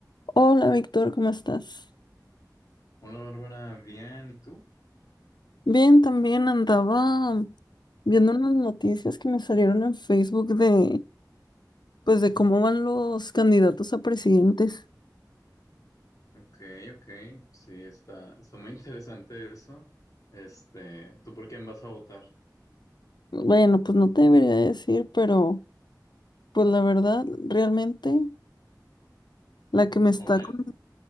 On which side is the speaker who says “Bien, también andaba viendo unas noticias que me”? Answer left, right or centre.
Left